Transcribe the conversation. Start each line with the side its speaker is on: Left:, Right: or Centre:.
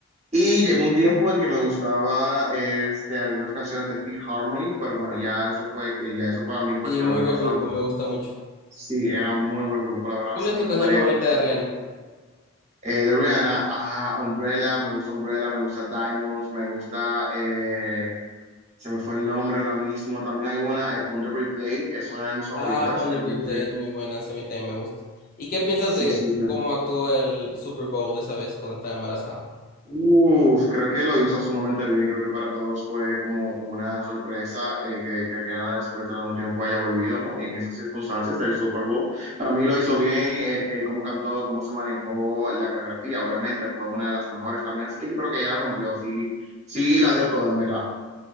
Right: Y llegó un tiempo en el que me gustaba eh, este, algunas canciones de Fifth Harmony, pero bueno, ya eso fue, eh, ya eso para mí pues
Left: Y
Right: quedó
Left: muy
Right: en el
Left: buen
Right: pasado.
Left: grupo,
Right: ya.
Left: me gusta mucho.
Right: Sí, era un muy buen grupo, la verdad,
Left: ¿Cuál
Right: sí
Left: es
Right: me
Left: tu
Right: encantaría
Left: canción favorita
Right: que...
Left: de Rihanna?
Right: Eh, de Rihanna, ah, Umbrella, me gusta Umbrella, me gusta Diamonds, me gusta... eh, se me fue el nombre ahora mismo. También hay una, eh, Pon de Replay, es una de mis favoritas.
Left: Ah, Pon
Right: Que,
Left: the
Right: que-
Left: Replay es muy buena, sí, a mí también me gusta. ¿Y qué piensas
Right: sí,
Left: de
Right: sí, sí.
Left: cómo actuó el Super Bowl esa vez cuando estaba embarazada?
Right: Uf, creo que lo hizo sumamente bien. Creo que para todos fue como una sorpresa eh, que, que Rihanna después de tanto tiempo haya volvido, ¿no? Y en esas circunstancias del Super Bowl. Para mí lo hizo bien, eh, eh, cómo cantó, cómo se manejó la coreografía. Obviamente fue una de las mejores también. Así que yo creo que ella rompió, sí, sí la dio toda, en verdad.